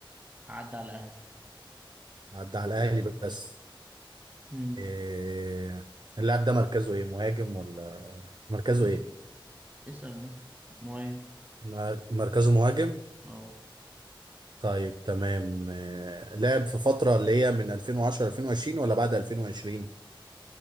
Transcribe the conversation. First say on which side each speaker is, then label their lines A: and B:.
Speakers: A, on the right; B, on the right.
A: عدى على الأهلي
B: عدى على الأهلي بس
A: مم.
B: إيه اللاعب ده مركزه ايه مهاجم ولا مركزه
A: اسأل
B: ايه
A: اسأل مثلا مهاجم
B: م- مركزه مهاجم
A: اه
B: طيب تمام إيه لعب في فترة اللي هي من 2010 2020 ولا بعد 2020